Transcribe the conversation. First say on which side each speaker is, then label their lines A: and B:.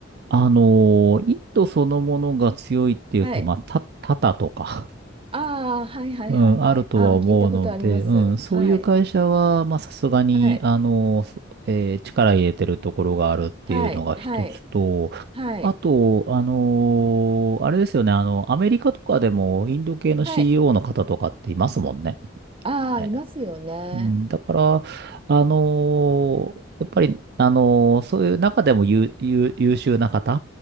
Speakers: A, on the right; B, on the right.
A: あのー、インドそのものが強いっていうと、
B: はい
A: まあ、た、タタとか、
B: ああ、はいはいはいはい。
A: うん、あるとは思うので、
B: ああ、聞いたことあります。
A: うん、そういう会社は、
B: はい。
A: まあ、さすがに、
B: はい。
A: あのー、そえー力入れてるところがあるっていうのが一つと、
B: はい。はい。はい。
A: あと、あのーあれですよね、あの、アメリカとかでもインド系の
B: はい。
A: CEO の方とかっていますもんね。
B: ああ、
A: ね
B: いますよね。
A: うんだから、あのーやっぱり、あのーそういう中でも優、優、優秀な方